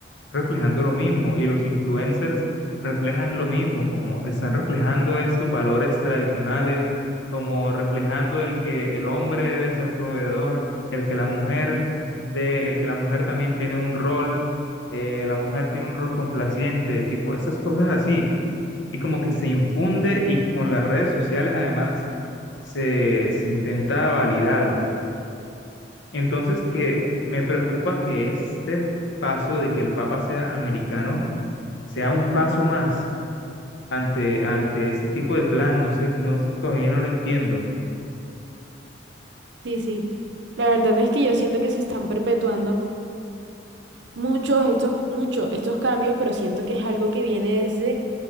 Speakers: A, on the left; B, on the right.
A: reflejando lo mismo y los influencers reflejan lo mismo, como están reflejando estos valores tradicionales, como reflejando el que el hombre debe ser proveedor, el que la mujer de, el que la mujer también tiene un rol, eh, la mujer tiene un rol complaciente, tipo esas cosas así, y como que se infunde y con las redes sociales además se, se intenta validar. Entonces que me preocupa que este paso de que el Papa sea americano sea un paso más ante, ante este tipo de plan, no sé, no, es que todavía no lo entiendo.
B: Sí, sí. La verdad es que yo siento que se están perpetuando. Muchos estos, muchos estos cambios, pero siento que es algo que viene desde